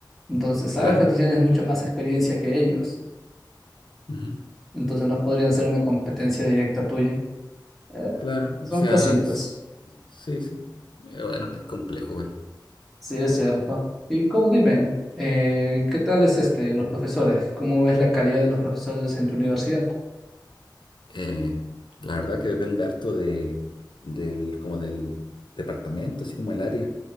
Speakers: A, in the centre; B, on the left.
A: entonces sabes
B: Claro.
A: que tú tienes mucha más experiencia que ellos,
B: ujú,
A: entonces no podrían ser una competencia directa tuya. Eh,
B: Claro, o
A: son
B: sea
A: cositas,
B: que s- sí, sí. Eh, Bueno, es complejo, bueno.
A: sí es cierto. Y como dime, eh, ¿qué tal es este, los profesores? ¿Cómo ves la calidad de los profesores en tu universidad?
B: Eh, la verdad que depende harto de, del, como del departamento, así como el área.